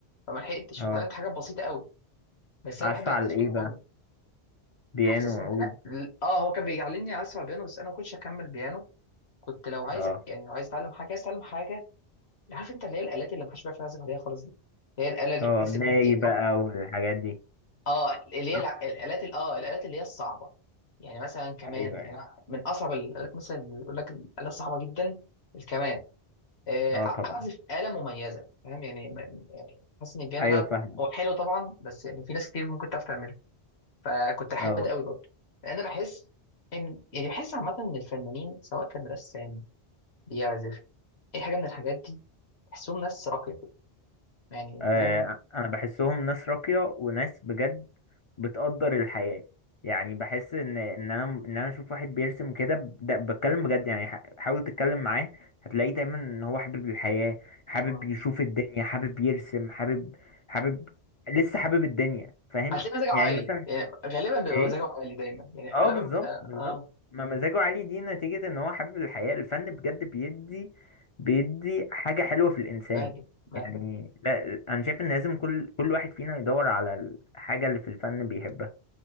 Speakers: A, on the left (about 75°); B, on the left (about 45°).
A: فما لحقتش
B: اه
A: فتعلمت حاجات بسيطة قوي بس
B: عزف
A: انا بحب العزف
B: على ايه
A: طول
B: بقى
A: عمري
B: بيانو
A: حاسس
B: وعود
A: ان انا اه هو كان بيعلمني عزف على البيانو بس انا ما كنتش اكمل بيانو كنت لو عايزك
B: اه
A: يعني لو عايز اتعلم حاجة عايز اتعلم حاجة عارف انت اللي هي الالات اللي محدش بيعرف يعزف عليها خالص دي اللي هي الاله اللي
B: اه
A: تحس
B: ناي
A: ان إيه؟
B: بقى والحاجات دي
A: اه اللي هي
B: صح؟
A: الع- الالات ال- اه الالات اللي هي الصعبه يعني مثلا كمان
B: ايوه أيوة.
A: يعني من اصعب الالات مثلا اللي يقول لك الاله صعبه جدا الكمان آه،
B: اه
A: اعزف
B: طبعا
A: اله مميزه فاهم يعني م- يعني حاسس ان البيانو
B: ايوه
A: ده
B: فاهمة
A: هو حلو طبعا بس يعني في ناس كتير ممكن تعرف تعملها فكنت احب
B: اه
A: ده قوي برضه لان بحس ان يعني بحس عامه ان الفنانين سواء كان رسام بيعزف اي حاجه من الحاجات دي تحسهم ناس راقيه كده. يعني
B: آه،
A: فاهم
B: انا بحسهم ناس راقية وناس بجد بتقدر الحياة يعني بحس ان ان انا ان انا اشوف واحد بيرسم كده ب- ده بتكلم بجد يعني ح- حاول تتكلم معاه هتلاقيه دايما ان هو حابب الحياة حابب
A: اه
B: يشوف الدنيا حابب يرسم حابب حابب لسه حابب الدنيا فاهم
A: هتلاقي مزاجه عالي
B: يعني مثلا
A: يعني غالبا بيبقى
B: ايه
A: مزاجه عالي دايما يعني
B: اه
A: غالبا
B: بالظبط
A: بيبقى
B: بالظبط
A: اه
B: ما مزاجه عالي دي نتيجة ان هو حابب الحياة الفن بجد بيدي بيدي حاجة حلوة في الانسان
A: بهدى بهدى
B: يعني لا انا شايف ان لازم كل كل واحد فينا يدور على الحاجة اللي في الفن بيحبها